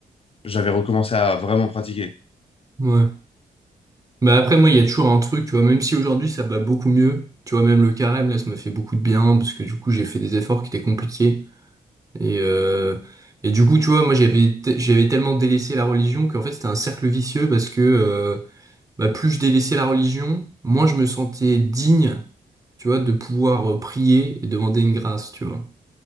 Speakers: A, on the left; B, on the right.
A: j'avais recommencé à vraiment pratiquer.
B: ouais. Bah après moi il y a toujours un truc, tu vois, même si aujourd'hui ça va beaucoup mieux, tu vois, même le carême là ça m'a fait beaucoup de bien parce que du coup j'ai fait des efforts qui étaient compliqués. Et, euh, et du coup, tu vois, moi j'avais te- j'avais tellement délaissé la religion qu'en fait c'était un cercle vicieux parce que euh, bah, plus je délaissais la religion, moins je me sentais digne, tu vois, de pouvoir euh, prier et demander une grâce, tu vois.